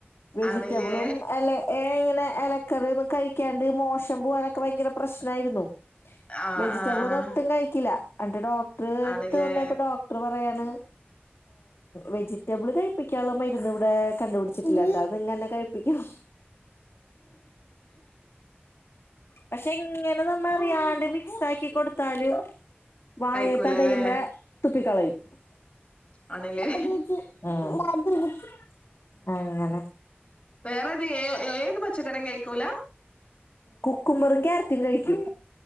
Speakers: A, on the left; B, on the left.
A: വെജിറ്റബിളും
B: ആണില്ലേ
A: അല്ല ഏ അങ്ങനെ - മലക്കറി ഒന്നും കഴിക്കാണ്ട് മോഷൻ പോവാനൊക്കെ ഭയങ്കര പ്രശ്നായിരുന്നു.
B: ആഹ്
A: വെജിറ്റബിൾ
B: ആഹ് ആഹ്
A: ഒന്നും ഒട്ടും കഴിക്കില്ല എന്നിട്ട് ഡോക്ടർ
B: ആണില്ലേ
A: അടുത്തൊണ്ടോ യപ്പ ഡോക്ടർ പറയാ ണ് വെജിറ്റബിൾ കഴിപ്പിക്കാനുള്ള മരുന്ന് ഇവിടെ കണ്ടുപിടിച്ചിട്ടില്ല ട്ടാ അത്ങ്ങന്നെ കഴിപി പ്പിക്കണം. പക്ഷെ ഇങ്ങനെ നമ്മ അറിയാണ്ട് താക്കി കൊടുത്താലും വായെ
B: കഴിക്കൂലല്ലേ
A: തടയുമ്പ തുപ്പികളയും. <unintelligible>
B: ആണില്ലേ
A: ആഹ് അങ്ങനെ.
B: വേറെത് ഏ ഏത് പച്ചക്കറിം കഴിക്കൂല?
A: കുമ്മറും ക്യാരറ്റും കഴിക്കും.